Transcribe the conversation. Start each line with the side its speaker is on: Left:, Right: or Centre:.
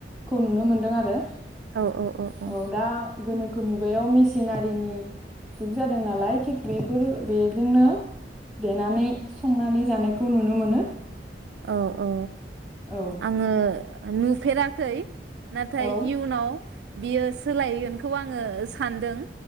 Centre: खौ नुनो मोनदों आरो
Right: औऔअअ
Centre: औ दा गोनोखो मुगायाव मिसि सिनारिनि जुग जादों नालाय थिग बेफोर बेजोंनो देनानै संनानै जानायखौ नुनो मोनो
Right: औ औ
Centre: औ
Right: आङो आं नुफेराखै नाथाय
Centre: औ
Right: इउनाव बियो सोलायगोनखौ आङो सानदों